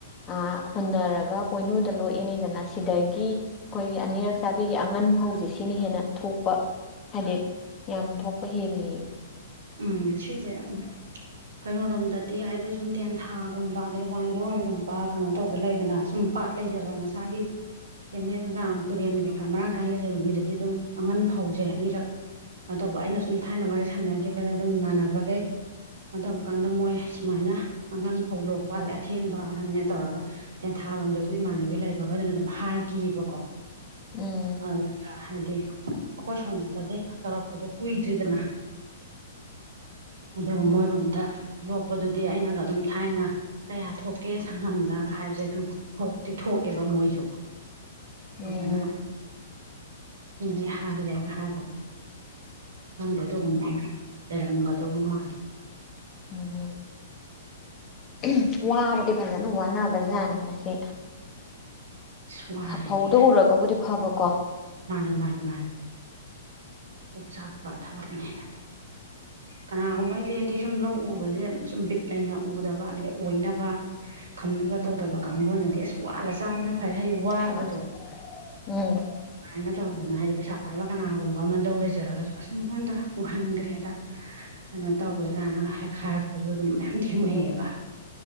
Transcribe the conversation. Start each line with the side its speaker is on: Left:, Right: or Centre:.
Left: ꯑꯥ ꯍꯨꯟꯅꯔꯒ ꯄꯣꯏꯅꯨꯗ ꯂꯣꯏ ꯏꯅꯤꯗꯅ ꯁꯤꯗꯒꯤ ꯈꯣꯏꯒꯤ ꯑꯅꯤꯔꯛ ꯆꯥꯕꯤꯒꯤ ꯑꯉꯟ ꯐꯧꯖꯦ ꯁꯤꯅ ꯍꯦꯟꯅ ꯊꯣꯛꯄ ꯍꯥꯏꯗꯤ ꯌꯥꯝ ꯊꯣꯛꯄ ꯍꯦꯜꯂꯦꯌꯦ
Right: ꯎꯝ ꯁꯤꯖꯦ ꯎꯝ ꯀꯩꯅꯣꯔꯣꯝꯗꯗꯤ ꯍꯥꯏꯗꯤ ꯁꯨꯝ ꯇꯦꯟꯊꯥꯒꯨꯝꯕ ꯑꯗꯩ ꯋꯥꯡꯒꯣꯏꯒꯨꯝꯕ ꯀꯩꯅꯣ ꯇꯧꯕ ꯂꯩꯗꯅ ꯁꯨꯝ ꯄꯥꯠ ꯂꯩ ꯖꯕ ꯃꯁꯥꯒꯤ ꯀꯦꯅꯦꯜ ꯗꯥꯝ ꯇꯨꯔꯦꯟ ꯀꯩꯀꯥ ꯃꯔꯥꯡ ꯀꯥꯏꯅ ꯂꯩꯖꯕ ꯃꯤꯗꯗꯤ ꯑꯗꯨꯝ ꯑꯉꯟ ꯐꯧꯖꯦ ꯑꯅꯤꯔꯛ ꯅꯣ ꯇꯧꯕ ꯑꯩꯅ ꯁꯨꯝ ꯊꯥꯏꯅ ꯋꯥꯔꯤ ꯁꯥꯟꯅꯒꯤꯕꯗ ꯑꯗꯨꯝ ꯏꯃꯥꯟꯅꯕꯒꯩ ꯑꯗꯨꯝ ꯀꯥꯟꯗ ꯃꯣꯏ ꯁꯨꯃꯥꯏꯅ ꯑꯉꯟ ꯐꯧ ꯂꯣꯛꯄꯩ ꯑꯊꯦꯡꯕ ꯍꯥꯏꯅ ꯇꯧꯔꯒ ꯇꯦꯟꯊꯥꯔꯣꯝꯗꯖꯨ ꯏꯃꯥꯟꯅꯕꯤ ꯂꯩꯕꯒꯩꯗꯨꯅ ꯗꯨꯝ ꯍꯥꯏꯒꯤꯕꯀꯣ
Left: ꯎꯝ
Right: ꯑꯗ ꯍꯥꯏꯗꯤ ꯑꯈꯣꯏ ꯁꯣꯂꯣꯝꯗꯗꯤ ꯇꯧꯔꯛꯄꯗꯣ ꯀꯨꯏꯗ꯭ꯔꯤꯗꯅ ꯑꯗꯨꯒ
Left: ꯎꯝ
Right: ꯃꯣꯏꯔꯣꯝꯗ ꯂꯣꯛꯄꯗꯨꯗꯤ ꯑꯩꯅꯒ ꯑꯗꯨꯝ ꯊꯥꯏꯅ ꯀꯌꯥ ꯊꯣꯛꯀꯦ ꯁꯪꯉꯝꯗ ꯍꯥꯏꯕꯁꯦ ꯑꯗꯨꯝ ꯊꯣꯛꯇꯤ ꯊꯣꯛꯑꯦꯕ ꯃꯣꯏꯖꯨ
Left: ꯎꯝ
Right: ꯐꯖꯅ ꯁꯤꯦꯡꯉꯥꯏ ꯍꯂꯦꯂꯤꯌꯥ ꯍ ꯍꯝꯗꯗꯣꯡꯕꯅ <inaudible> ꯔꯪꯒ ꯇꯧꯗꯧ ꯃꯥꯂꯦ
Left: ꯎꯝ ꯎꯝ ꯋꯥꯕꯗꯤ ꯐꯖꯅ ꯋꯥꯅꯕꯖꯥꯅꯤ ꯃꯁꯤ
Right: ꯑꯁ ꯋꯥꯔꯦꯃꯤ
Left: ꯍ ꯐꯧꯗꯨ ꯎꯔꯒꯕꯨꯗꯤ ꯐꯕ
Right: ꯃꯥꯅꯦ ꯃꯥꯅꯦ ꯃꯥꯅꯦ ꯀꯣꯛ ꯆꯥꯛꯄ ꯊꯕꯛꯅꯤꯗ ꯀꯅꯥꯒꯨꯝꯕ ꯍꯥꯏꯗꯤ ꯍꯥꯏꯗꯤ ꯁꯨꯝ ꯂꯧ ꯎꯕꯖꯦ ꯁꯨꯝ ꯕꯤꯠ ꯂꯩꯅ ꯎꯗꯕ ꯑꯗꯩ ꯑꯣꯏꯅꯕ ꯈꯝꯅꯕ ꯇꯧꯗꯕ ꯀꯥꯡꯕꯨꯅꯗꯤ ꯑꯁ ꯋꯥꯜꯂ ꯆꯥꯕꯅ ꯐ ꯐꯩ ꯍꯥꯏꯗꯤ ꯋꯥꯕꯗꯣ
Left: ꯍꯣꯏ ꯎꯝ
Right: ꯑꯗꯨꯃꯥꯏꯅ ꯇꯧꯗꯅ ꯍꯥꯏꯗꯤ ꯄꯩꯁꯥ ꯄꯥꯏꯕ ꯀꯅꯥꯒꯨꯝꯕ ꯑꯃ ꯂꯧ ꯂꯩꯖꯔꯒꯖꯨ ꯑꯁ ꯃꯤꯉꯣꯟꯗ ꯎꯍꯟꯒꯔ꯭ꯦꯗ ꯀꯩꯅꯣ ꯇꯧꯋꯦ ꯒꯥꯌꯅꯒ ꯍꯦꯛ ꯍꯥꯏꯔꯛꯄ ꯑꯗꯨꯝ ꯃꯌꯥꯝ ꯊꯦꯡꯅꯩꯌꯕ
Left: ꯎꯝ